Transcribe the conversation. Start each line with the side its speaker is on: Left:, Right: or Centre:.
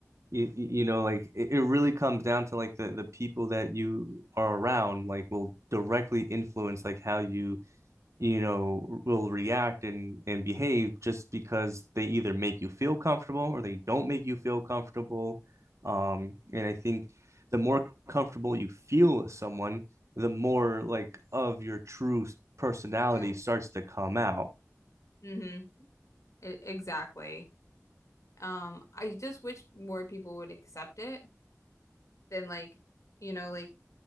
Right: you, you know like it, it really comes down to like the the people that you are around like will directly influence like how you you know, will react and and behave just because they either make you feel comfortable or they don't make you feel comfortable. Um, and I think the more comfortable you feel with someone, the more like of your true personality
Left: No.
Right: starts to come out.
Left: Mm-hmm. E-, exactly. Um, I just wish more people would accept it than like, you know, like